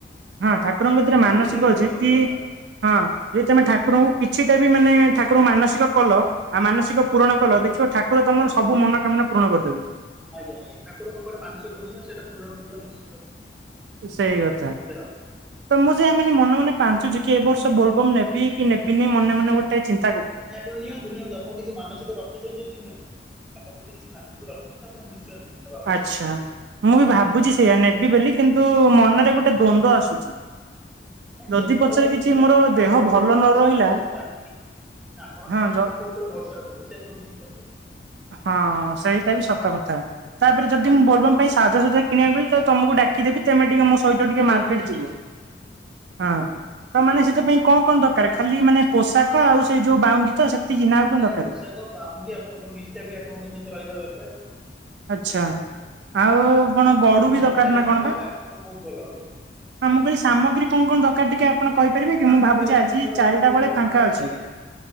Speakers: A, on the right; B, in the centre.
A: ହଁ ଠାକୁରଙ୍କ ଭିତରେ ମାନସିକ
B: ଯେମିତିରେ ପୂରଣ
A: ଅଛି
B: କରିବା
A: କି
B: କଥା।
A: ହଁ ଯି ତମେ ଠାକୁରଙ୍କୁ କିଛିଟା ବି ମାନେ
B: ଆଜ୍ଞା
A: ଠାକୁରଙ୍କୁ ମାନସିକ କଲ ଆ ମାନସିକ ପୂରଣ
B: ହୁଁ
A: କଲ ଦେଖିବ ଠାକୁର ତମର ସବୁ
B: ପୂରଣ
A: ମନକାମନା ପୂରଣ କରିଦେବେ।
B: ଆଜ୍ଞା ଆଜ୍ଞା। ଠାକୁରଙ୍କୁ ପରା ମାନସିକ କରିଛନ୍ତି ନା ସେଟା ପୂରଣ କରିବା ନିଶ୍ଚ
A: ସେଇ କଥା।
B: ହବ।
A: ତ ମୁଁ ସେୟା ମାନେ ମନେ ମନେ ପାଞ୍ଚୁଚି କି ଏ ବର୍ଷ ବୋଲବମ୍ ନେବି କି ନେବିନି, ମନେ ମନେ ଗୋଟେ ଚିନ୍
B: ନାଇଁ ଆପଣ ନିଅନ୍ତୁ ନିଅନ୍ତୁ। ଆପଣ କିଛି ମାନସିକ ରଖିଛନ୍ତି ଯଦି ନିଅନ୍ତୁ। ଆପଣ ବୋଧେ କିଛି ମାନସିକ ରଖି ଚନ୍ତି ଆପଣ ନିଶ୍ଚୟ ନବା କଥା।
A: ଆଚ୍ଛା। ମୁଁ ବି ଭାବୁଛି ସେୟା, ନେ ବି ବେଲି କିନ୍ତୁ ମନରେ ଗୋଟେ ଦ୍ଵନ୍ଦ ଆସୁଛି।
B: ନାଇଁ
A: ଯଦି
B: ଦ୍ୱନ୍ଦ
A: ପଛରେ
B: ହବାର କିଛି ନାହିଁ।
A: ମୋର
B: ଆପଣ ଠାକୁରଙ୍କୁ
A: ଦେହ ଭଲ
B: ଆପଣଙ୍କ
A: ନ ରହିଲା
B: ଠାକୁରଙ୍କୁ ଡାକିକି ନା ଆପଣ
A: ହଁ
B: ଠାକୁରଙ୍କ
A: ଜ
B: ଉପରେ ଭରସା ରଖନ୍ତୁ, ସେ ସବୁ ଠିକ କରିଦେବେ।
A: ହଁ ସେଇଟା ବି ସବ ସତକଥା। ତାପରେ ଯଦି ମୁଁ ବୋଲବମ୍ ପାଇଁ ସାଜସଜ୍ଜା କିଣିବାକୁ ଗଲି, ତ ତମକୁ ଡାକିଦେବି ତେମେ ଟିକେ ମୋ ସହ ସହିତ ଟିକେ
B: ଆଜ୍ଞା
A: ମାର୍କେଟ
B: ନିଶ୍ଚୟ
A: ଯିବ।
B: ନିଶ୍ଚୟ। ଆଜ୍ଞା।
A: ହଁ। ତ
B: ଆଜ୍ଞା
A: ମାନେ ସେ ଯୋଉ
B: ନିଶ୍ଚୟ
A: ପାଇଁ କଣ
B: ଆପଣ
A: କଣ ଦରକାର? ଖାଲି ମାନେ ପୋଷାକ, ଆଉ ସେଇ ଯୋଉ ବାଉଙ୍ଗି ତ, ସେତିକି ନା ଆଉ କଣ
B: ଆଜ୍ଞା,
A: ଦରକାର?
B: ପୋଷାକ, ବାହୁଙ୍ଗି, ଆପଣଙ୍କର ନିଷ୍ଠା ବି ଆପଣଙ୍କ ସହିତ ରହିବା ଦରକାର।
A: ଆଚ୍ଛା। ଆଉ କଣ ଗଡୁ
B: ଆପଣ
A: ବି ଦରକାର
B: ନିଷ୍ଠାର
A: ନା
B: ସହ
A: କଣ
B: କଲେ
A: ବା?
B: ଆପଣଙ୍କୁ ବହୁତ ଭଲ ହବ।
A: ଆ ମୁଁ କହିଲି ସାମଗ୍ରୀ କଣ କଣ ଦରକାର ଟିକେ ଆପ ଆପଣ କହିପାରିବେ
B: ସାମଗ୍ରୀ
A: କି? ମୁଁ ଭାବୁଛି
B: ଆପଣଙ୍କର
A: ଆଜି ଚାରିଟା
B: ଯୋଉ
A: ବେଳେ
B: କପଡା
A: ଫାଙ୍କା ଅଛି।
B: ଆଜ୍ଞା